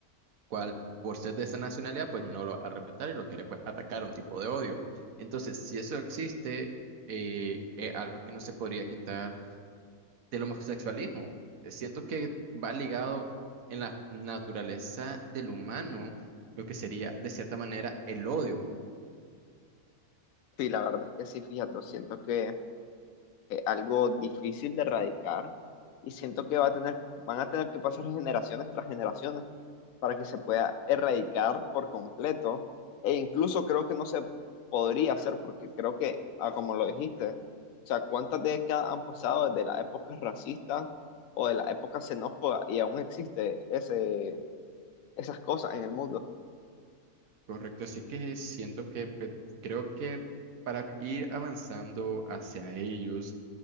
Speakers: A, on the right; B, on the left.
A: cual por ser de esa nacionalidad pues no lo vas a respetar y lo querés pues atacar, un tipo de odio. Entonces, si eso existe, eh, es algo que no se podría quitar del homosexualismo. Eh, Siento que va ligado en la naturaleza del humano, lo que sería de cierta manera el odio,
B: Sí, la verdad es que sí, fíjate, siento que... eh, algo difícil de erradicar y siento que va a tener, van a tener que pasar generaciones tras generaciones para que se pueda erradicar por completo e incluso creo que no se podría hacer porque creo que, ah, como lo dijiste, o sea, ¿cuántas décadas han pasado desde las épocas racistas o de las épocas xenófobas y aún existe ese, esas cosas en el mundo?
A: ¿correcto? Así que siento que pues, creo que para ir avanzando hacia ellos,